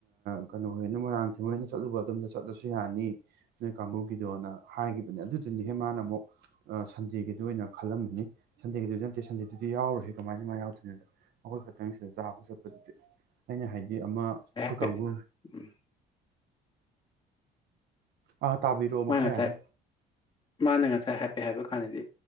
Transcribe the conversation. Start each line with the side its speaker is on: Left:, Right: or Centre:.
Right: ꯀꯩꯅꯣꯅ ꯃꯣꯏꯔꯥꯡ ꯊꯦꯝꯕꯣꯏꯅ ꯆꯠꯂꯨꯕ ꯑꯗꯨꯣꯝꯗ ꯆꯠꯂꯁꯨ ꯌꯥꯅꯤ ꯅꯣꯏ ꯀꯥꯡꯕꯨꯒꯤꯗꯣꯅ ꯍꯥꯏꯈꯤꯕꯅꯦ ꯑꯗꯨꯗꯨꯅꯤꯍꯦ ꯃꯥꯅ ꯑꯃꯨꯛ ꯁꯟꯗꯦꯒꯤꯗ ꯑꯣꯏꯅ ꯈꯜꯂꯝꯕꯅꯤ ꯁꯟꯗꯦꯒꯤꯗꯨ ꯅꯠꯇꯦ ꯁꯟꯗꯦꯗꯨꯗꯤ ꯌꯥꯎꯔꯨꯍꯦ ꯀꯃꯥꯏꯅ ꯃꯥꯥꯏ ꯌꯥꯎꯗꯣꯏꯅꯣꯗ ꯑꯩꯈꯣꯏ ꯈꯛꯇꯪꯁꯤꯗ ꯆꯥꯕ ꯆꯠꯄꯗꯨꯗꯤ ꯑꯩꯅ ꯍꯥꯏꯗꯤ ꯑꯃ ꯀꯥꯡꯕꯨ
Left: ꯎꯝ
Right: ꯑꯥ ꯇꯥꯕꯤꯔꯛꯑꯣ
Left: ꯃꯥ
Right: ꯃꯈꯥ
Left: ꯉꯁꯥꯏ
Right: ꯌꯥꯅꯤ
Left: ꯃꯥꯅ ꯉꯁꯥꯏ ꯍꯥꯏꯐꯦꯠ ꯍꯥꯏꯕ ꯀꯥꯟꯗꯗꯤ